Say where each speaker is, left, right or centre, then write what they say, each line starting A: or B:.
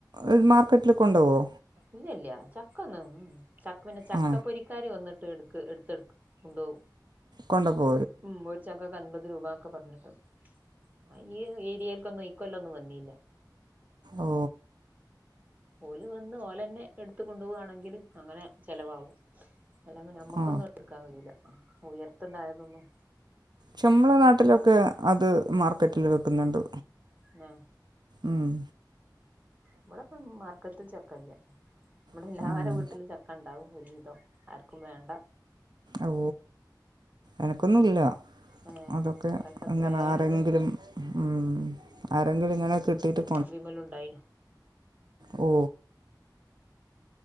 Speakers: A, on the right (about 65°); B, on the right (about 20°).
A: എ് മാർക്കറ്റില് കൊണ്ടോവോ
B: ഇല്ല ഇല്ല ചക്കൊന്നും ഉം ചക്കപിന്നെ ചക്ക
A: ആ
B: പൊരിക്കാര് വന്നിട്ട് എടുക്ക് എടുത്ത് കൊണ്ടോവും
A: കൊണ്ടോവോ
B: ഉം ഒരു ചക്കക്ക് അൻമ്പത് രൂപാക്ക പറഞ്ഞിട്ട് ആ ഈ ഏരിയേക്കൊന്നും ഇക്കൊല്ലൊ ന്നും വന്നില്ല
A: ഓ
B: ഓല് വന്ന് ഓലന്നെ എടുത്തു കൊണ്ടു പോവാണെങ്കില് അങ്ങനെ ചെലവാകും അല്ലെങ്കി നമ്മക്കൊന്നും
A: ആ
B: എടുത്ത് ക്കാൻ കഴിയില്ല ഉയർത്ത്ണ്ടായതൊന്നും
A: ചെമ്മള നാട്ടിലൊക്കെ അത് മാർക്കറ്റില് വെക്കുന്നുണ്ട്
B: ആ
A: ഊം
B: ഇവിടെക്കെ മാർക്കറ്റിൽ ചക്കയില്ല ഇവിടെ
A: കൊണ്ടുപോകുന്നുണ്ട്
B: എല്ലരെ വീട്ടിലും ചക്കണ്ടാവും ഒരു വിധം ആർക്കും വേണ്ട
A: ഓ എനക്കൊന്നും ഇല്ല
B: ഏ
A: അതൊക്കെ
B: ഇവിടൊക്കെ എത്രേള്ള്
A: ഇങ്ങനെ ആരെങ്കിലും ഊം ആരെങ്കിലും ഇങ്ങനെ കിട്ടീട്ട്
B: വിമല് ഉണ്ടായി
A: ഓ